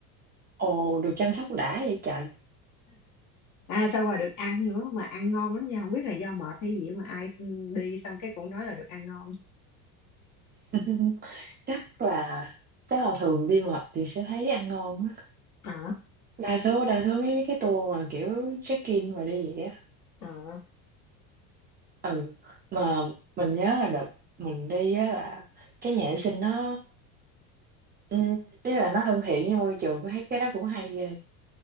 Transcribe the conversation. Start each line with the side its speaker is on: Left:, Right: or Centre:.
Right: ồ được chăm sóc đã vậy trời
Left: à xong rồi được ăn nữa mà ăn ngon lắm nha không biết là do mệt hay gì mà ai đi xong cái cũng nói là được ăn ngon
Right: <laughs> chắc là chắc là thường đi mệt thì sẽ thấy ăn ngon á
Left: Ờ.
Right: đa số đa số cái cái tour mà kiểu check-in mà đi vậy á
Left: Ờ.
Right: ừ mà mình nhớ là đợt mình đi á là cái nhà vệ sinh nó Ừ, ý là nó thân thiện với môi trường thấy cái đó cũng hay ghê